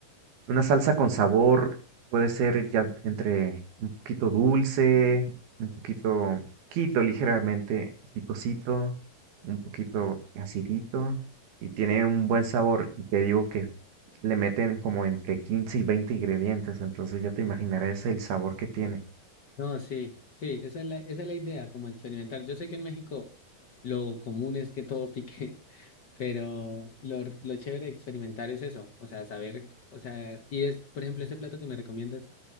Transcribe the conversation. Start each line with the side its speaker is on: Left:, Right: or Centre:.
Right: Una salsa con sabor puede ser ya entre un poquito dulce, un poquito, poquito ligeramente picosito, un poquito acidito y tiene un buen sabor. Y te digo que le meten como entre 15 y 20 ingredientes, entonces ya te imaginarás el sabor que tiene.
Left: No, sí, sí, esa es la, esa es la idea, como experimentar. Yo sé que en México lo común es que todo pique, <laughs> pero lo, lo chévere de experimentar es eso, o sea, saber, o sea, y es, por ejemplo, este plato que me recomiendas,